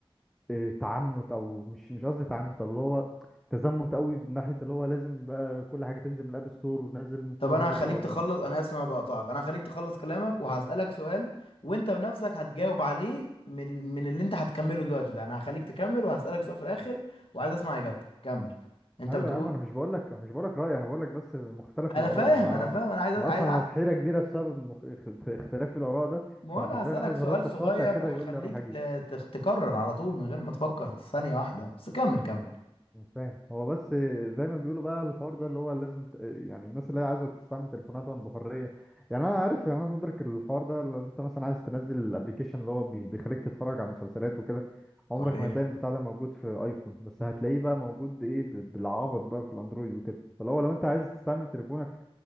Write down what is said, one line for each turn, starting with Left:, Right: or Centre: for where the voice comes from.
Centre: آه، تعنت او مش مش قصدي تعنت اللي هو تزمت قوي من ناحية اللي هو لازم بقى كل حاجة تنزل من الاب ستور ونازل من كل
Left: طب انا
Centre: حاجة
Left: هخليك
Centre: تبقى
Left: تخلص انا اسف إن انا بقطعك انا هخليك تخلص كلامك وهسألك سؤال وانت بنفسك هتجاوب عليه من من اللي انت هتكمله دلوقتي ده انا هخليك تكمل وهسألك سؤال في الاخر وعايز اسمع اجابتك كمل انت
Centre: ايوه
Left: بتقول
Centre: يا عم انا مش بقول لك مش بقول لك رايي انا بقول لك بس مختلف
Left: انا
Centre: الاراء
Left: فاهم
Centre: ما انا
Left: انا فاهم انا عايز عايز
Centre: انا اصلا انا في حيره كبيره بسبب مخ... اخت- اختلاف الاراء ده
Left: ما هو
Centre: فانا
Left: انا
Centre: حرفيا
Left: هسألك
Centre: عايز
Left: سؤال
Centre: رد
Left: صغير
Centre: قاطع كده
Left: هخليك
Centre: يقول لي اروح اجيب
Left: ت- تخ- تكرر على طول من غير ما تفكر ثانية واحدة بس كمل كمل
Centre: آه، مش فاهم هو بس زي ما بيقولوا بقى الحوار ده اللي هو لازم ت... يعني الناس اللي هي عايزه تستعمل تليفوناتهم بحريه يعني انا عارف يعني انا مدرك الحوار ده لو انت مثلا عايز تنزل الابليكيشن اللي هو بي... بيخليك تتفرج على مسلسلات وكده عمرك
Left: صحيح
Centre: ما هتلاقي البتاع ده موجود في ايفون بس هتلاقيه بقى موجود ايه ب- بالعبط بقى في الاندرويد وكده فلو لو انت عايز تستعمل تليفونك